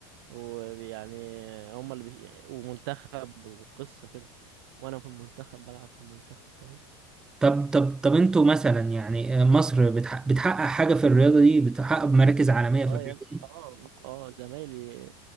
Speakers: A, on the right; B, in the centre.
A: ويعني هما اللي بي... ومنتخب وقصة كده وانا في المنتخب بلعب في المنتخب فاهم
B: طب طب طب انتوا مثلا يعني آه، مصر بتحقق, بتحقق حاجة في الرياضة دي بتحقق مراكز عالمية
A: اه
B: في الرياضة
A: يا
B: دي
A: اه اه آه، زمايلي